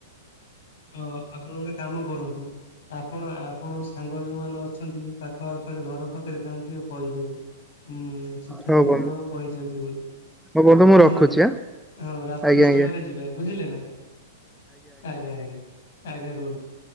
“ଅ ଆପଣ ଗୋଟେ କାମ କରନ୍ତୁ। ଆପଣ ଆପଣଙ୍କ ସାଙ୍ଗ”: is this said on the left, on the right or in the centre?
Left